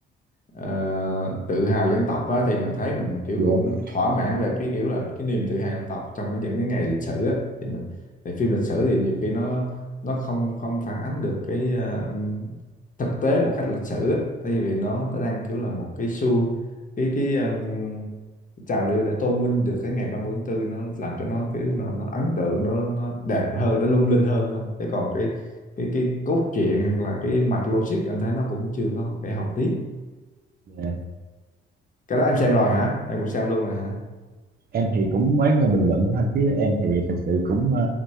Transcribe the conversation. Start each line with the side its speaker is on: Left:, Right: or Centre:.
Left: ờ, tự hào dân tộc á, thì mình thấy mình kiểu
Right: dạ
Left: cũng thỏa mãn về cái kiểu là cái niềm tự hào dân tộc trong cái những cái ngày lịch sử á, thì mình thì phim lịch sử thì nhiều khi nó nó không không phản ánh được cái ờ, thực tế một cách lịch sử á, tại vì nó nó đang kiểu là một cái xu cái cái ừm, trào lưu để tôn vinh được cái ngày ba mươi tháng tư nó làm cho nó kiểu nó, nó ấn tượng nó nó đẹp hơn nó lung linh hơn thôi chứ còn cái cái cái cốt truyện hoặc là cái mạch logic anh thấy nó cũng chưa có phải học tí
Right: dạ.
Left: cái đó em xem rồi hả? Em cũng xem luôn rồi hả?
Right: em thì cũng mới nghe bình luận thôi chứ em thì thật sự cũng ờ,